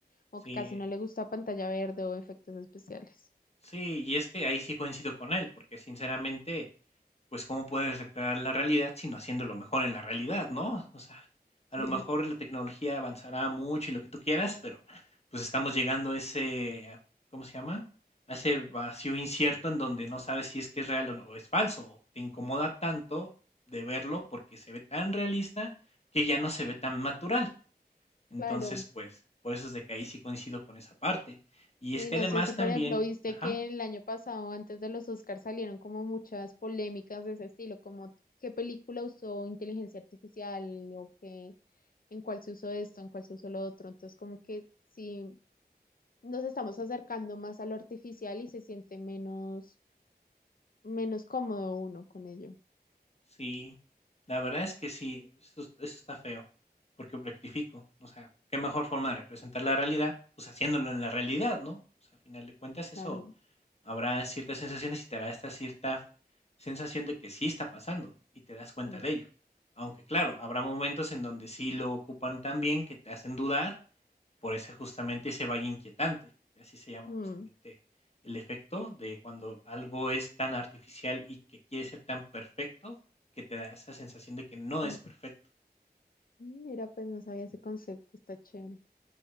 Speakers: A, on the left (about 60°); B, on the left (about 40°).
A: o
B: sí,
A: que casi no le gusta pantalla verde o efectos especiales. <laughs>
B: sí, y es que ahí sí coincido con él, porque sinceramente pues, ¿cómo puedes recrear la realidad sino haciéndolo mejor en la realidad, no? O sea,
A: Sí.
B: a lo mejor la tecnología avanzará mucho y lo que tú quieras, pero pues estamos llegando a ese, ¿cómo se llama? A ese vacío incierto en donde no sabes si es que es real o no es falso. Te incomoda tanto de verlo porque se ve tan realista que ya no se ve tan natural. Entonces,
A: Claro,
B: pues, por eso es de que ahí sí coincido con esa parte. Y
A: sí,
B: es que
A: no
B: además
A: sé si
B: también,
A: por ejemplo viste
B: ajá.
A: que el año pasado antes de los Oscars salieron como muchas polémicas de ese estilo, como qué película usó inteligencia artificial o qué, en cuál se usó esto, en cuál se usó lo otro, entonces como que sí nos estamos acercando más a lo artificial y se siente menos, menos cómodo uno con ello.
B: Sí, la verdad es que sí, eso eso está feo, porque rectifico, o sea, qué mejor forma de representar la realidad, pues haciéndolo en la realidad, ¿no? O sea, a final de cuentas eso
A: Claro.
B: habrá ciertas sensaciones y te hará esta cierta sensación de que sí está pasando y te das cuenta
A: Mm,
B: de ello. Aunque claro, habrá momentos en donde sí lo ocupan tan bien que te hacen dudar por eso justamente ese valle inquietante, que así se llama
A: mm,
B: justamente el efecto de cuando algo es tan artificial y que quiere ser tan perfecto, que te da esa sensación de que no
A: mm.
B: es perfecto.
A: Mira, pues no sabía ese concepto, está chévere.